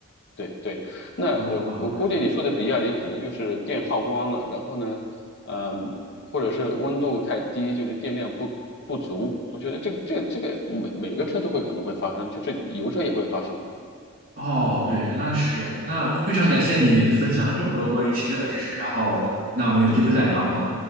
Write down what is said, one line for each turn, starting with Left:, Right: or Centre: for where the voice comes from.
Left: 对对，那我我估计你说的比亚迪可能就是电耗光了，
Right: 啊，
Left: 然后呢，嗯，或者是温度太低，就是电量不不足。我觉得这个这个这个每每个车都会可能会发生，就是油车也会发生。
Right: 哦，对，那是这样。那非常感谢你分享了这么多关于汽车的知识，然后那我们有机会再聊，好吗？